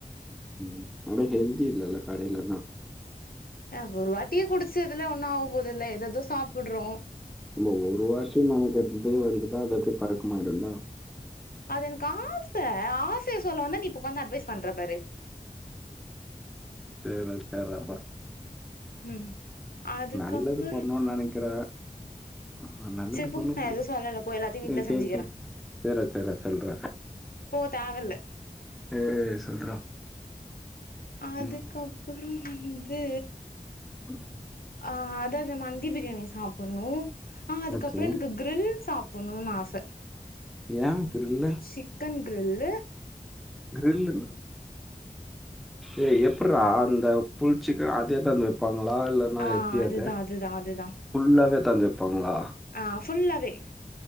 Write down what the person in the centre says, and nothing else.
ம் ஆனா ஹெல்தி இல்லல்ல கடைலனா
நம ஒரு வாட்டி நமக்கு அப்டியே வந்துட்ட அதப்படியே பழக்கமாய்டுல்ல
சேர்ரா சேர்ராப்பா
நல்லது பண்ணுன் நனைக்கிறே ஆ நல்லது
பண்ணா
புடிக்
சேரி
சேரி சேரி சேர்ரா சேர்ரா சொல்றா
ஏ சொல்றா
ம்
ஆ
ஓகே
ஏ இப்டி இல்ல
க்ரில்லுனா ஏ எப்புறா அந்த ஃபுல் சிக்கன் அது எத்தாந்து வப்பாங்களா இல்ல நா
எப்டி
அது
ஃபுல்லாவே எத்தாந்து வப்பாங்களா